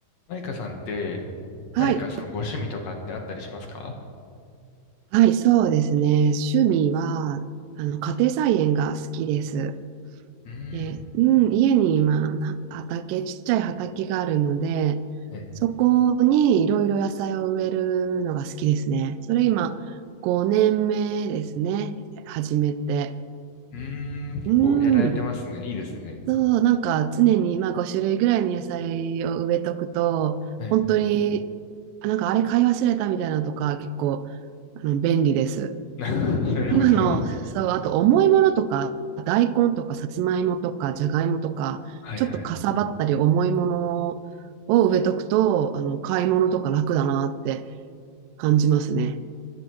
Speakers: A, on the left (about 60°); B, on the right (about 80°).
A: マイカさんって、
B: はい。
A: 何かそのご趣味とかってあったりしますか
B: はい、そうですね。趣味は、あの、家庭菜園が好きです。
A: うーん。
B: で、うん、家に、まあ、な畑、ちっちゃい畑があるので、
A: はい。
B: そこにいろいろ野菜を植えるのが好きですね。それ今、5年目ですね。始めて。
A: うーん。結構やられてますね。
B: うん。
A: いいですね。
B: そう、なんか常に、まあ、5種類ぐらいの野菜を植えとくと、
A: はい。
B: 本当に、なんかあれ買い忘れたみたいなのとか、結構、あの、便利です。
A: な、<laughs> なるほど。
B: 今の、そう、あと重いものとか、大根とかさつまいもとかじゃがいもとか、
A: はいはい。
B: ちょっとかさばったり重いものを植えとくと、あの、買い物とか楽だなって感じますね。